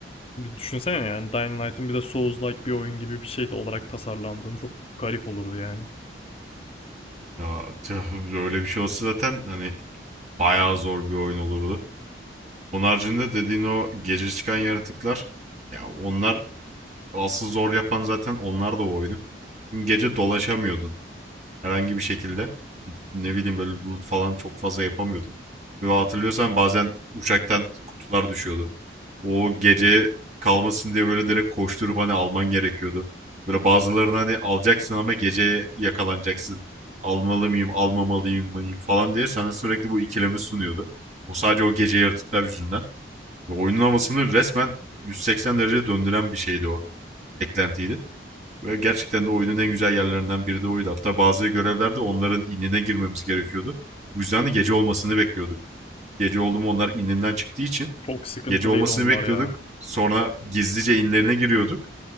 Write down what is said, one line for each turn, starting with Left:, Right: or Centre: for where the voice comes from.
Left: Bir düşünsene yani Dying Light'ın bir de Souls-like bir oyun gibi bir şey olarak tasarlandığını çok garip olurdu yani.
Right: Ya tüh, öyle bir şey olsa zaten hani bayağı zor bir oyun olurdu. Onun haricinde dediğin o gece çıkan yaratıklar ya onlar Asıl zor yapan zaten onlar da o oyunu. Çünkü gece dolaşamıyordun herhangi bir şekilde. Ne bileyim böyle loot falan çok fazla yapamıyordun. Ve hatırlıyorsan bazen uçaktan kutular düşüyordu. O gece kalmasın diye böyle direkt koşturup hani alman gerekiyordu. Böyle bazılarını hani alacaksın ama geceye yakalanacaksın. Almalı mıyım, almamalıyım mıyım falan diye sana sürekli bu ikilemi sunuyordu. O sadece o gece yaratıklar yüzünden. Ve oyunun havasını resmen 180 derece döndüren bir şeydi o. Eklentiydi. Ve gerçekten de oyunun en güzel yerlerinden biri de oydu. Hatta bazı görevlerde onların inine girmemiz gerekiyordu. Bu yüzden de gece olmasını bekliyorduk. Gece oldu mu onlar ininden çıktığı için
Left: Çok sıkıntılıydı
Right: gece olmasını
Left: onlar
Right: bekliyorduk.
Left: ya.
Right: Sonra gizlice inlerine giriyorduk.